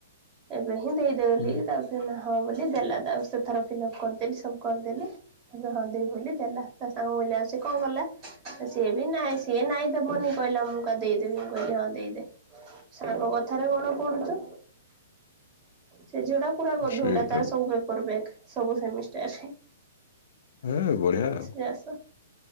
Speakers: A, on the right; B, on the left.
A: ଏବେ ହିଁ ଦେଇଦେ ବୋଲି
B: ହୁଁ
A: ତା ହଁ ବୋଲି ଦେଲା ତା ସେଥର ଫିଲ୍ଅପ୍ କରିଦେଲି ସବୁ। କରିଦେଲି ଏବେ ହଁ ଦେବୀ ବୋଲି ଦେଲା ତା ସାଙ୍ଗ କିଲ ଆଉ ସ କଣ କଲା? ସିଏ ବି ନାଇଁ ସିଏ ନାଇଁ ଦେବନି କହିଲା ମୁଁ କ ଦେଇଦେବି ମୁଁ କହିଲି ହଁ ଦେଇଦେ। ସାଙ୍ଗ କଥାରେ କଣ ପଡୁଛୁ? ସେ ଝିଅଟା ପୁରା ଗଧୁଣିଟା
B: ସେଇଟା
A: ତାର
B: ତ
A: ସବୁ ପେପର ବ୍ୟାକ୍ ସବୁ ସେମିଷ୍ଟାର ରେ।
B: ହଁ ବଢିଆ ଆଉ।
A: ଯାସ